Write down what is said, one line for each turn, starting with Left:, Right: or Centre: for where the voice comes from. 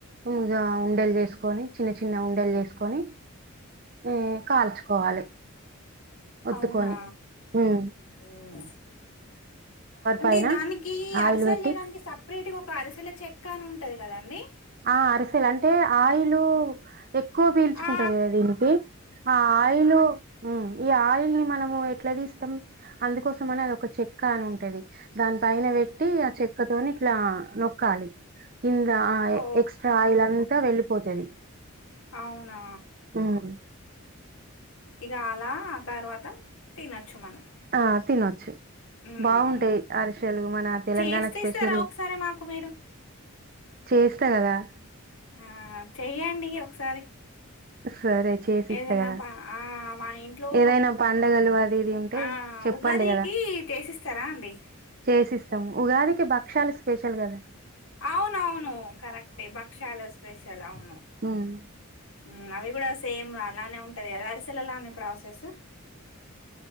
Right: ఇగ ఉండలు చేసుకొని చిన్న చిన్న ఉండలు చేసుకొని ఉమ్ కాల్చుకోవాలి. ఒత్తుకోని
Left: అవునా
Right: ఉమ్
Left: ఉమ్ అంటే
Right: పైన
Left: దానికి
Right: ఆయిల్
Left: అరిసెలు
Right: పెట్టి
Left: చేయడానికి సపరేట్గా ఒక అరిసెల చెక్క అని ఉంట ఉంటుంది కదా అండి.
Right: ఆ అరిసెలు అంటే ఆయిలు ఎక్కువ పీల్చుకుంటది
Left: ఆ
Right: కదా దీనికి ఆ ఆయిలు ఈ ఆయిలు ని మనము ఎట్లా తీస్తాం అందుకోసం అని అది ఒక చెక్క అని ఉంటది. దాని పైన పెట్టి ఆ చెక్కతోని ఇట్లా నొక్కాలి కింద ఆయే
Left: ఓ
Right: ఎక్స్ట్రా ఆయిల్ అంతా వెళ్ళిపోతది
Left: అవునా
Right: హ్మ్
Left: ఇక అలా తర్వాత తినొచ్చు మనం
Right: ఆ తినొచ్చు
Left: ఉమ్
Right: బాగుంటాయి అరిసెలు మన తెలంగాణ
Left: చేస్తేఇస్తర
Right: స్పెషల్
Left: ఒకసారి మాకు మీరు
Right: చేస్తా గదా
Left: ఆ చెయ్యండి ఒకసారి
Right: సరే చేసిస్తా
Left: ఏదన్నా
Right: కదా
Left: ప ఆ మా ఇంట్లో
Right: ఏదైనా పండగలు అది ఇది ఉంటే
Left: ఆ
Right: చెప్పండి
Left: ఉగాదికి
Right: కదా
Left: చేసిస్తారా అండి
Right: చేసిస్తాము ఉగాదికి భక్షలు స్పెషల్ గదా
Left: అవునవును కరెక్టే భక్ష్యాల వస్త స్పెషల్ అవును
Right: ఉమ్
Left: ఉమ్ అవి కూడా సేమ్ అలానే ఉ అదే అదే అరిసల లానే ఉ ప్రాసెస్